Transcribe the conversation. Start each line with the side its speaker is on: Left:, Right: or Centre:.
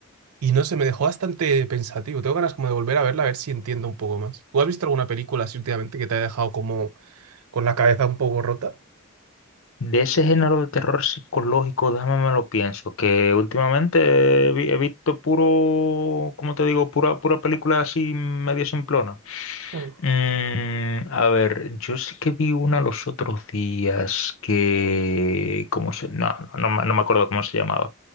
Right: Y no sé, me dejó bastante pensativo. Tengo ganas como de volver a verla, a ver si entiendo un poco más. ¿Tú has visto alguna película así últimamente que te haya dejado como con la cabeza un poco rota?
Left: De ese género de terror psicológico, déjame me lo pienso, que últimamente he, vi- he visto puro, ¿cómo te digo? Pura, pura película así medio simplona.
Right: Mm,
Left: Mm, a ver, yo sí que vi una los otros días que, ¿cómo se? No, no, me no me acuerdo cómo se llamaba.